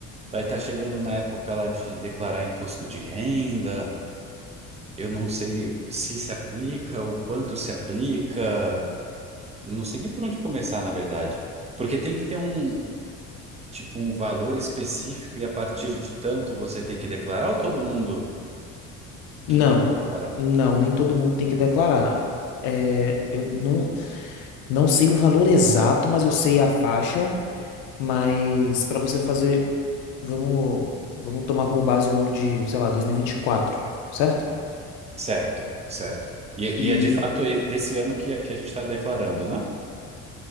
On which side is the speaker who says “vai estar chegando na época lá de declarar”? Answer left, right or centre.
Right